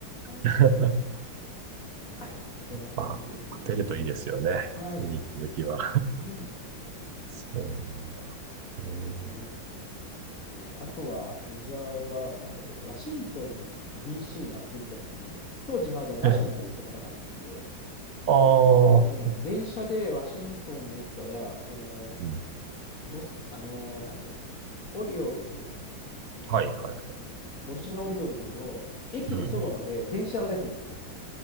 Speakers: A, on the right (about 55°); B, on the left (about 45°).
A: <laughs>
B: ー。はい。そんな感じですよね。
A: まあ、当てるといいですよね。
B: はい。
A: 見に行っときは。
B: うん。
A: そうなんだ。うん。
B: えーそう、あとはメジャーは、なんだっけな、ワシントン DC に遊びに行った時に、当時まだナショナルズとかなかったんで、
A: えああ、
B: でね、電車でワシントンの駅から、その、
A: うん。
B: ボス、あのーなんだっけ、オリオールズ、
A: はい、はい。
B: ボルチモア・オリオールズの駅のそばまで電車が出てるんですよ。
A: うん。